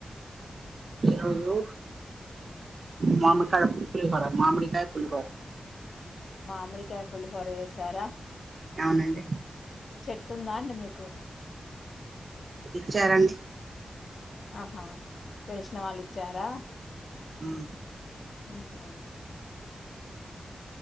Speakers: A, on the right (about 50°); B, on the left (about 65°).
A: ఈరోజు మామిడికాడ పులిహోర, మామిడికాయ పులిహోర.
B: మామిడికాయ పులిహోర చేసారా.
A: అవునండి
B: చెట్టుందా అండి. మీకు
A: ఇచ్చారండి.
B: ఆహా తెలిసిన వాళ్ళు ఇచ్చారా.
A: ఉమ్
B: ఉహూ